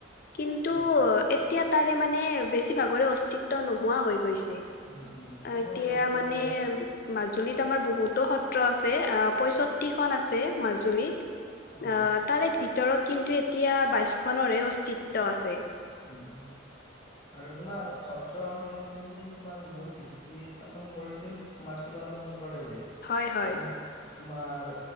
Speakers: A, on the left (about 50°); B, on the left (about 25°).
A: কিন্তু
B: উম
A: এতিয়া তাৰে মানে বেছি ভাগৰে অস্তিত্ব নোহোৱা হয়। গৈছে,
B: উম উম সময়ৰ
A: এতিয়া
B: লগে লগে
A: মানে
B: আৰু
A: মাজুলীত আমাৰ বহুতো সত্ৰ আছে আ, পয়ষষ্ঠিখন আছে মাজুলীত।
B: উম
A: অ', তাৰে ভি ভিতৰত কিন্তু এতিয়া বাইশ খনৰৰহ অস্তিত্ব আছে।
B: উম আৰু তোমাৰ সত্ৰ-সংস্কৃতিত তোমাৰ মূল ভিত্তি স্থাপন কৰিছিল, আমাৰ শ্ৰীমন্ত শংকৰ শংকৰদেৱে
A: হয় হয়
B: <inaudible> তোমাৰ